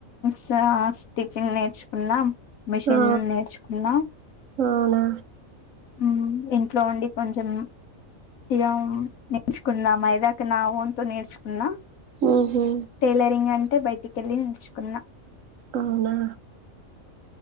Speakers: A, on the left; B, on the right.
A: స ఆ స్టిచ్చింగ్ నేర్చుకున్నాం మిషన్
B: ఆ
A: నేర్చుకున్నాం
B: అవునా
A: ఉమ్ ఇంట్లో ఉండి కొంచెం ఇగం నేర్చుకున్నా మైదాక నా వంతు నేర్చుకున్నా
B: ఉహు
A: టైలరింగ్ అంటే బయటికి వెళ్ళి నేర్చుకున్నా
B: అవునా